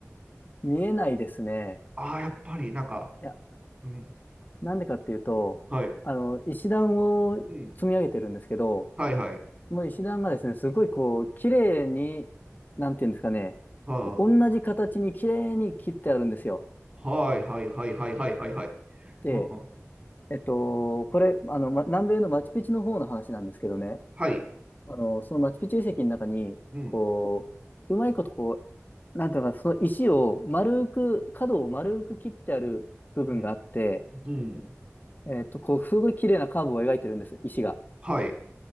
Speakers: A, on the left; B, on the right.
A: 見えないですね。
B: ああ、やっぱり、なんか、
A: いや、
B: うん、
A: なんでかっていうと、
B: はい、
A: あの、石段を積み上げてるんですけど、
B: うん、はい、はい、
A: その石段がですね、すごいこう、綺麗に、なんていうんですかね、
B: は
A: こう同じ形に綺麗に切ってあるんですよ。
B: あ、はい、はい、はい、はい、はい、はい、はい、
A: で、
B: うん、
A: えっと、これ、あの、ま、南米のマチュピチュの方の話なんですけどね、
B: はい、
A: あの、そのマチュピチュ遺跡の中に、
B: うん、
A: こう、うまいことこう、なんていうのかな、その石を丸く、
B: うん、
A: 角を丸く切ってある部分があって、
B: うん、うん、
A: えっと、こう、すごい綺麗なカーブを描いてるんです、石が。
B: はい、